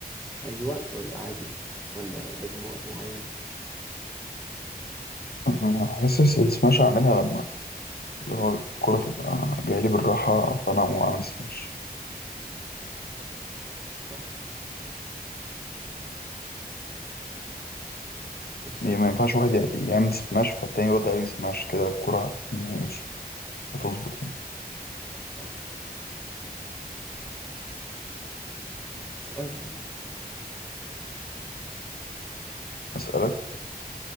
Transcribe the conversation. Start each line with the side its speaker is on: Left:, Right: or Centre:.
Centre: اي وقت ولا عادي ولا لازم وقت معين
Left: أنا حاسس السماش اعملها لما اللي هو الكرة تبقى جاية لي بالراحة فأنا أقوم أعمل سماش
Centre: صح اسألني
Left: هي ما ينفعش واحد يع- يعمل سماش فالتاني يرد عليه سماش كده الكرة هت- مش هتظبط يعني
Centre: صح اسألني
Left: أسألك